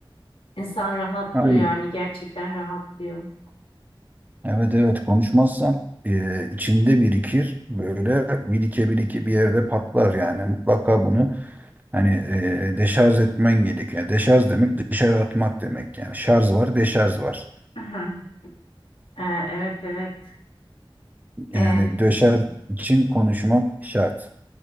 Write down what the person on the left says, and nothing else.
İnsan rahatlıyor
yani gerçekten rahatlıyor.
Aha. Ee, evet evet Ee,